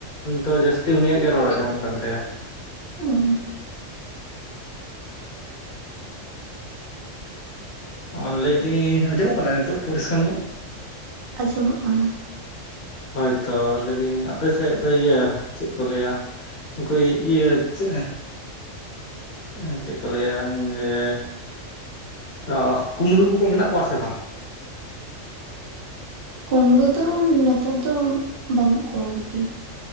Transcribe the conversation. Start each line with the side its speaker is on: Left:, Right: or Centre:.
Left: ᱫᱚ ᱡᱟᱹᱥᱛᱤ ᱩᱱᱤᱭᱟᱜ ᱜᱮ ᱨᱚᱲ ᱟᱸᱡᱚᱢᱚᱜ ᱠᱟᱱ ᱛᱟᱭᱟ ᱾
Right: ᱩᱸ
Left: ᱚ ᱞᱟᱹᱭ ᱫᱤᱧ ᱟᱸᱡᱚᱢᱚᱜ ᱠᱟᱱᱟ ᱱᱤᱛᱚᱜ ᱯᱚᱨᱤᱥᱠᱟᱨ ᱧᱚᱜ?
Right: ᱟᱸᱡᱚᱢᱚᱜ ᱠᱟᱱᱟ ᱾
Left: ᱦᱳᱭ ᱛᱚ ᱞᱟᱹᱭᱫᱤᱧ ᱟᱯᱮ ᱥᱮᱫ ᱫᱚ ᱤᱭᱟᱹ ᱪᱮᱫ ᱠᱚ ᱞᱟᱹᱭᱟ? ᱩᱱᱠᱩ ᱤᱡ ᱤᱭᱟᱹ ᱪᱟ, ᱮᱸᱪᱮᱫ ᱠᱚ ᱞᱟᱹᱭᱟ ᱮᱱᱡᱮ? ᱚᱸ ᱠᱩᱢᱲᱩ ᱠᱚ ᱠᱚ ᱢᱮᱱᱟᱜ ᱠᱚᱣᱟ ᱥᱮ ᱵᱟᱝ
Right: ᱠᱩᱢᱲᱳ ᱫᱚ ᱱᱮᱛᱟᱨ ᱫᱚ ᱵᱟᱹᱱᱩᱜ ᱠᱚᱣᱟ ᱟᱨᱠᱤ,